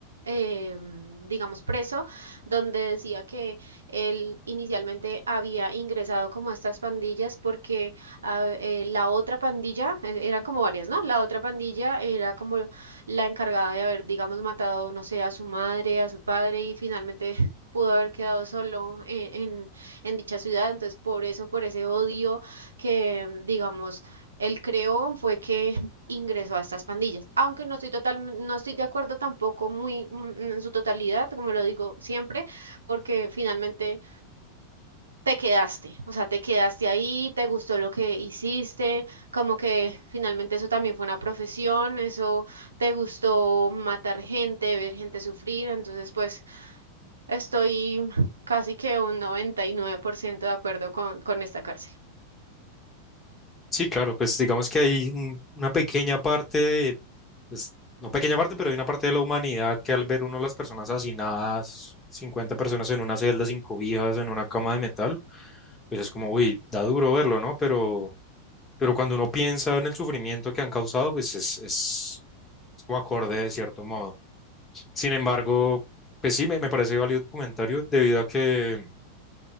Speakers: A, on the right (about 75°); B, on the left (about 20°).
A: eh, digamos preso, donde decía que él inicialmente había ingresado como a estas pandillas porque ah, eh, la otra pandilla, eh, eran como varias, ¿no? La otra pandilla era como la encargada de haber, digamos, matado, no sé, a su madre, a su padre y finalmente <laughs> pudo haber quedado solo en, en, en dicha ciudad. Entonces, por eso, por ese odio que, mm, digamos, él creó fue que <laughs> ingresó a estas pandillas. Aunque no estoy total, no estoy de acuerdo tampoco muy mm, en su totalidad, como lo digo siempre, porque finalmente te quedaste, o sea, te quedaste ahí, te gustó lo que hiciste, como que finalmente eso también fue una profesión, eso te gustó matar gente, ver gente sufrir, entonces pues estoy casi que un 99% de acuerdo con, con esta cárcel.
B: Sí, claro, pues digamos que hay un- una pequeña parte, de- pues, no pequeña parte, pero hay una parte de la humanidad que al ver uno a las personas hacinadas, 50 personas en una celda sin cobijas, en una cama de metal, pues es como, uy, da duro verlo, ¿no? Pero, pero cuando uno piensa en el sufrimiento que han causado, pues es, es, es como acorde de cierto modo. Sin embargo, pues sí, me, me parece válido tu comentario debido a que,